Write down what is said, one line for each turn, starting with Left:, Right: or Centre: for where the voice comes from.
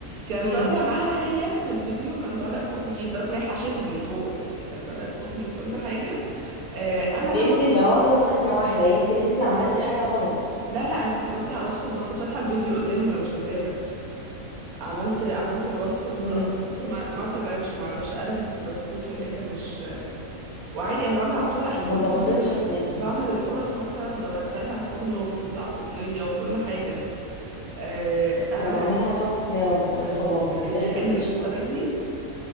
Right: كان
Left: امم
Right: طالع معاها هي في الفيديو كان طالع قطني لدرجة ان هي حشته من جوه يعني كان طالع قطني وكل حاجة آه انا
Left: طب يمكن
Right: لما جربت
Left: يا رضوى ثانيه واحده يمكن انت عملتي حاجه غلط
Right: لا لا انا كنت ماشية على الوصفة بالظبط كنت فاتحة الفيديو قدامي وانا شغالة عملت عملت الوصفة بالظبط
Left: امم
Right: بس ما ما طلعتش ما اعرفش قلبت بسكوت في الاخر مش وعادي انا بعمل على طول يعني
Left: ما
Right: مثلا
Left: ظبطتش
Right: بعمل
Left: معاكي
Right: بعمل القرص مثلا وبدخلها الفرن وبتطلع قطنية وكل حاجة آه انا
Left: انا
Right: بس
Left: بعملها تحفه يا رضوى يا خبر ابيض
Right: اللي
Left: ريحه
Right: هي يعني
Left: القشطه
Right: اللي بتزبادي